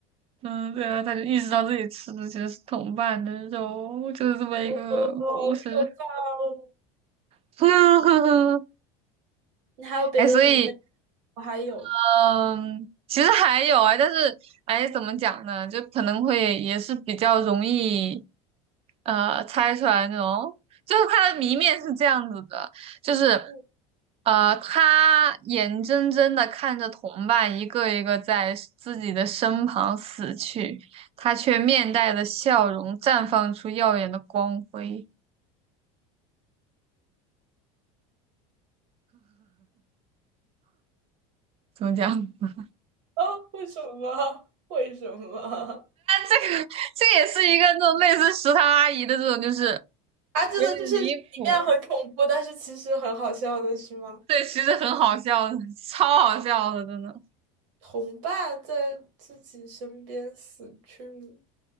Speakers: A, on the right (about 35°); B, on the right (about 80°).
A: 嗯，对啊，他就意识到自己吃的其实是同伴的肉，就是这么一个故事。
B: 哦，好可怕哦！
A: <laughs>
B: 你还有别的谜吗？
A: 哎，所以。
B: 我还有。
A: 嗯，其实还有啊，但是哎，怎么讲呢？就可能会也是比较容易，呃，猜出来那种。就是它的谜面是这样子的，就是
B: <laughs>
A: 呃，他眼睁睁的看着同伴一个一个在自己的身旁死去，他却面带着笑容，绽放出耀眼的光辉。怎么讲？<laughs>
B: 啊，为什么？为什么？<laughs>
A: 这个这也是一个那种类似食堂阿姨的这种，就是
B: 啊，这个就是里面很恐怖，
A: 有点离谱。
B: 但是其实很好笑的是吗？
A: 对，其实很好笑的，超好笑的，真的。
B: 同伴在自己身边死去，